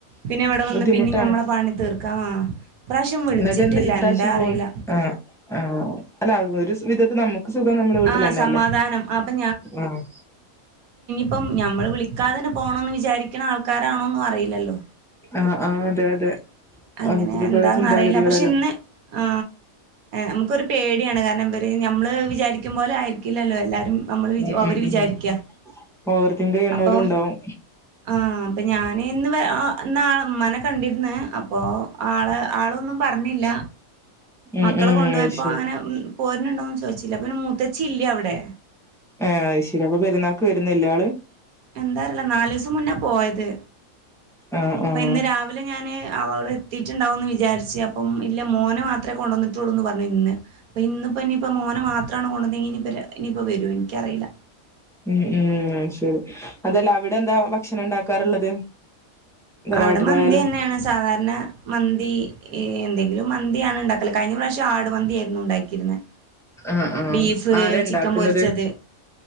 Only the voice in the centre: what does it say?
ബുദ്ധിമുട്ടാണ്
എന്നിട്ട് എന്ത് ഇപ്രാവശ്യം
പോ ആഹ് ആഹ് അല്ല ഒരു വിധത്തിൽ നമുക്ക് സുഖം നമ്മുടെ വീട്ടിൽ
തന്നെയല്ലേ
ആഹ്
ആഹ് ആഹ് അതെ അതെ.
ഓരോരുത്തർക്കോരോ
ചിന്താഗതികളല്ലേ
ഉം
ഉം
ഉം ഓവർത്തിങ്ക് ചെയ്യുന്നോലും
ഉണ്ടാവും
ഉം ഉം
അയ്ശരി
ആഹ്ശരി അപ്പ പെരുന്നാൾക്ക് വരുന്നില്ല ആള്?
ആഹ്
ആഹ്
ഉം ഉം ശരി അതല്ല അവിടെ എന്താ ഭക്ഷണം ഉണ്ടാക്കാറുള്ളത്? തറവാട്ടിലായാലും
ആഹ് ആഹ്
ആരാ ഇണ്ടാക്കുന്നത്